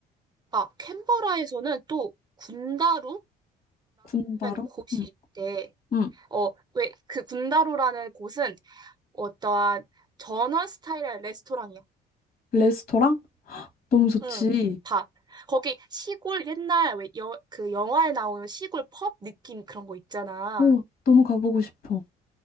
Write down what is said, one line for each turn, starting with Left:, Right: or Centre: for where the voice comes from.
Right: 아, 캔버라에서는 또 군다루라는
Left: 군바로?
Right: 곳이
Left: 응,
Right: 있대.
Left: 응.
Right: 어, 왜, 그 군다루라는 곳은 어떠한 전원 스타일의 레스토랑이야.
Left: 레스토랑? 너무 좋지.
Right: 응, 다. 거기 시골 옛날 왜 여, 그 영화에 나오는 시골 펍 느낌 그런 거 있잖아.
Left: 오, 너무 가보고 싶어.